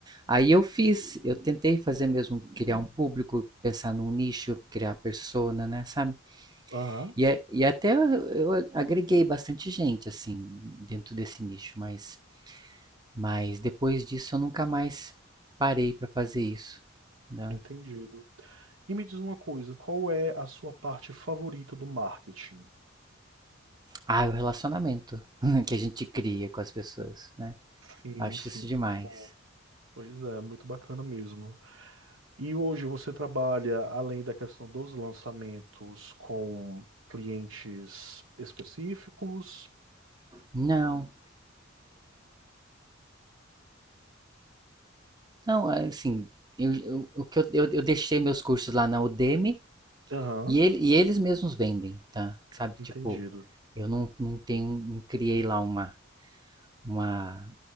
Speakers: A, on the right; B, on the right.
A: Aí eu fiz, eu tentei fazer mesmo, criar um público, pensar num nicho, criar persona, né, sabe.
B: aham,
A: E a e até eu eu a- agreguei bastante gente, assim, dentro desse nicho, mas mas depois disso eu nunca mais parei para fazer isso, né.
B: entendido. E me diz uma coisa, qual é a sua parte favorita do marketing?
A: Ah, o relacionamento <laughs> que a gente cria com as pessoas, né.
B: Sim,
A: Acho
B: sim.
A: isso demais.
B: Bom, pois é, muito bacana mesmo. E hoje você trabalha, além da questão dos lançamentos, com clientes específicos?
A: Não. Não, é assim, eu, eu, o que eu, eu, eu deixei meus cursos lá na Udemy
B: Aham,
A: e, ele, e eles mesmos vendem, tá? Sabe,
B: entendido.
A: tipo, eu não, não tenho, não criei lá uma, uma,